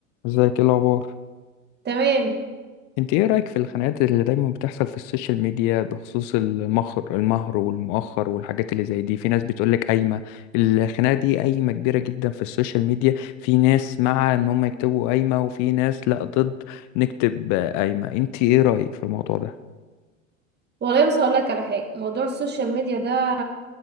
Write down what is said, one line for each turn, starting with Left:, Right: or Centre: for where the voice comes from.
Left: ازيك ايه الاخبار
Right: تمام
Left: انت ايه رايك في الخناقات اللي دايما بتحصل في السوشيال ميديا بخصوص المهر المهر والمؤخر والحاجات اللي زي دي في ناس بتقولك قايمه الخناقه دي قايمه كبيره جدا في السوشيال ميديا في ناس مع ان هم يكتبوا قايمه وفي ناس لا ضد نكتب قايمه انت ايه رايك في الموضوع ده
Right: والله بس هقول لك على حاجه موضوع السوشيال ميديا ده